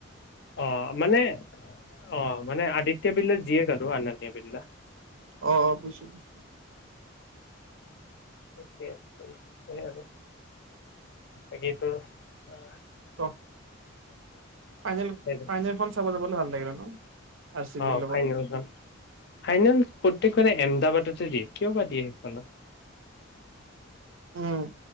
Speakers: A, on the left (about 50°); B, on the right (about 70°).
A: অ মানে অ মানে আদিত্য। তেতিয়া বেললো জীয়েকৰ আৰু আনন্য বেললা।
B: অ বুজছো বুজছো।
A: সেইয় আৰু বাকীতো আহ।
B: অ ফাইনেল
A: হেৰি
B: ফাইনেলখন চাব যাবলৈ ভাল লাগিলে ন। আৰ চি বিৰ
A: অ
B: লগত
A: ফাইনেলখন ফাইনেল। গেইখনে এমদাবাদতে দিয়ে কিয় বা দিয়ে সেইখনত।
B: উম